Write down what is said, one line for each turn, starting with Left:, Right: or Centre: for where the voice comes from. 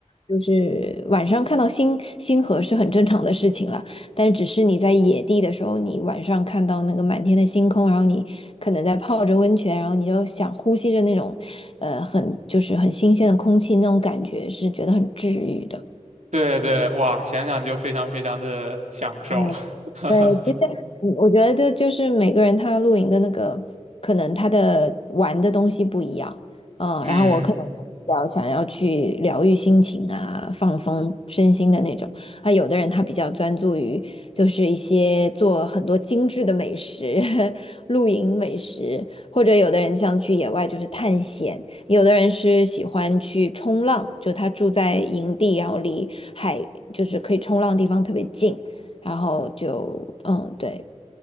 Left: 就是晚上看到星星河是很正常的事情了，但是只是你在野地的时候，你晚上看到那个满天的星空，然后你可能在泡着温泉，然后你就想呼吸着那种，呃，很就是很新鲜的空气，那种感觉是觉得很治愈的。
Right: 对对，哇，想想就非常非常的享受。
Left: 嗯，
Right: <laughs>
Left: 对，其实嗯我觉得这就是每个人他露营的那个，可能他的玩的东西不一样，嗯，
Right: 嗯
Left: 然后我可能比较想要去疗愈心情啊，放松身心的那种，啊，有的人他比较专注于就是一些做很多精致的美食，<laughs> 露营美食，或者有的人像去野外就是探险，有的人是喜欢去冲浪，就他住在营地，然后离海就是可以冲浪的地方特别近。然后就嗯，对，